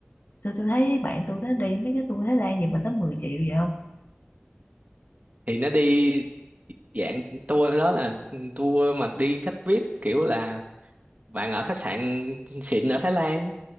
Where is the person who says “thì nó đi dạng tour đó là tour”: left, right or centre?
Right